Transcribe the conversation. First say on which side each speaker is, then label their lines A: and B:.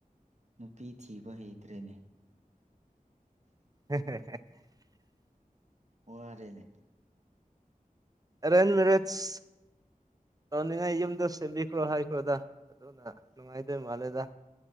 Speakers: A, on the right (about 50°); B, on the right (about 25°).
A: ꯅꯨꯄꯤ ꯊꯤꯕ ꯍꯩꯇ꯭ꯔꯦꯅꯦ
B: <unintelligible>
A: ꯋꯥ ꯑꯔꯦꯅꯦ
B: ꯑꯦꯔꯦꯟꯖ ꯃꯤꯔꯤꯠꯁ ꯇꯧꯅꯤꯡꯉꯥꯏ ꯌꯨꯝꯗ ꯁꯦꯝꯕꯤꯈ꯭ꯔꯣ ꯍꯥꯏꯈ꯭ꯔꯣꯗ ꯑꯗꯨꯅ ꯅꯨꯡꯉꯥꯏꯗꯣꯏ ꯃꯥꯜꯂꯦꯗ